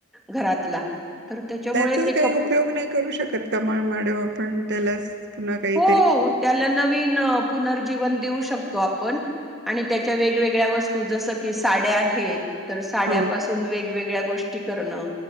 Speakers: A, in the centre; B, on the right.
A: घरातला तर त्याच्यामुळे
B: त्याचाच
A: ते
B: काही
A: कप
B: उपयोग नाही करू शकत का मॅडम आपण त्याला पुन्हा काही
A: हो त्याला नवीन पुनर्जीवन देऊ शक शकतो आपण आणि त्याच्या वेगवेगळ्या वस्तू जस की साड्या आहेत तर साड्यापासून
B: हा
A: वेगवेगळ्या गोष्टी करणं